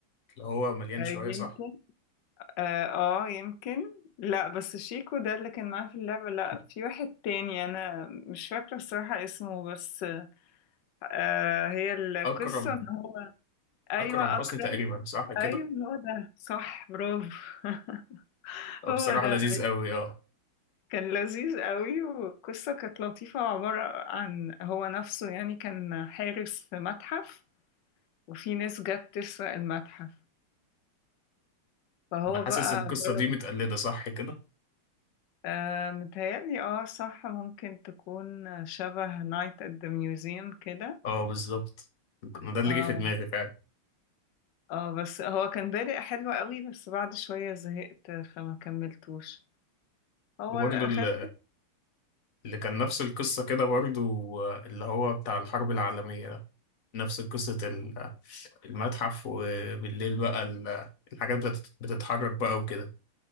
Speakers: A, on the left; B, on the left.
A: اللي هو مليان
B: آه،
A: شوية
B: يمكن
A: صح
B: اه آه، يمكن لا بس شيكو ده اللي كان معاه في اللعبة لا في واحد تاني انا مش فاكرة الصراحة اسمه بس آه هي القصة
A: اكرم
B: ان هو ايوه
A: اكرم حسني
B: اكرم
A: تقريبا صح كده
B: ايوه هو ده صح برافو <laughs>
A: آه،
B: هو
A: بصراحة
B: ده
A: لذيذ قوي اه
B: كان لذيذ قوي والقصة كانت لطيفة وعبارة عن هو نفسه يعني كان حارس في متحف وفي ناس جت تسرق المتحف فهو
A: ما حاسس
B: بقى
A: القصة
B: جرب
A: دي متقلدة صح كده
B: آه متهيألي اه صح ممكن تكون شبه نايت ات ذا ميوزيوم كده
A: اه بالظبط أنا ده اللي
B: اه
A: جه في دماغي فعلا
B: اه بس هو كان بادئ حلو قوي بس بعد شوية زهقت فما كملتوش هو
A: وبرضه
B: الأخف
A: ال- اللي كان نفس القصة كده برضه آه، اللي هو بتاع الحرب العالمية ده نفس قصة ال- آه، المتحف وبالليل بقى ال- آه، الحاجات بتت- بتتحرك بقى وكده